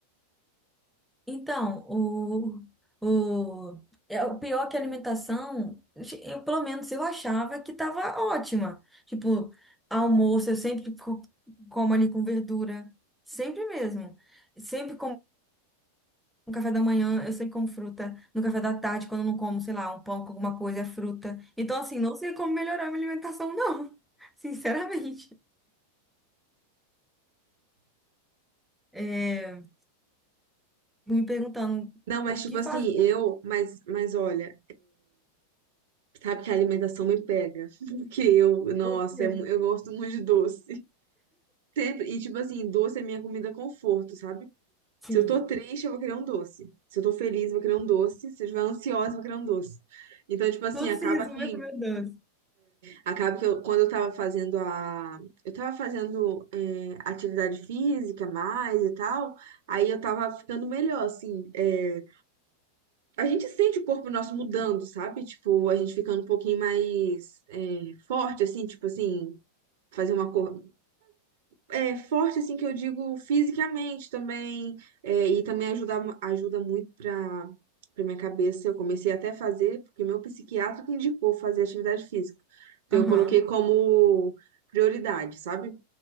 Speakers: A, in the centre; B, on the right.
A: Então, o, o, é o pior que a alimentação, eu, pelo menos eu achava que estava ótima. Tipo, almoço eu sempre co- como ali com verdura, sempre mesmo. Sempre como no café da manhã, eu sempre como fruta. No café da tarde, quando eu não como, sei lá, um pão com alguma coisa, é fruta. Então, assim, não sei como melhorar a minha alimentação, não. <laughs> Sinceramente. é, me perguntando
B: Não, mas
A: o que
B: tipo assim,
A: fazer,
B: eu, mas, mas olha, sabe que a alimentação me pega. <laughs> Porque eu, nossa,
A: o que.
B: é mu- eu gosto muito de doce. Sempre. E, tipo assim, doce é minha comida conforto, sabe?
A: Sim.
B: Se eu tô triste, eu vou querer um doce. Se eu tô feliz, eu vou querer um doce. Se eu estiver ansiosa, eu vou querer um doce. Então, tipo assim,
A: Tudo
B: acaba
A: se resume
B: que,
A: a comer doce.
B: acaba que eu, quando eu tava fazendo a, eu tava fazendo é, atividade física mais e tal, aí eu tava ficando melhor, assim. é, a gente sente o corpo nosso mudando, sabe? Tipo, a gente ficando um pouquinho mais é, forte, assim, tipo assim, fazer uma cor é, forte, assim, que eu digo fisicamente também, é, e também ajuda, mu- ajuda muito para para minha cabeça. Eu comecei até a fazer, porque meu psiquiatra que indicou fazer atividade física. Então,
A: Aham.
B: eu coloquei como prioridade, sabe?